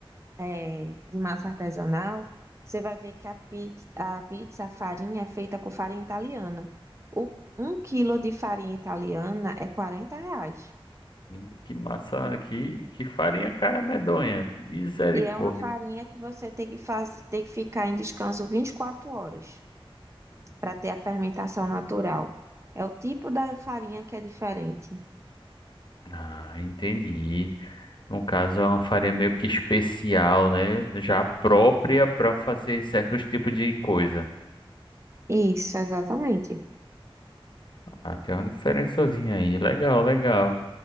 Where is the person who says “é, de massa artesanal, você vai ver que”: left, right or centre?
Right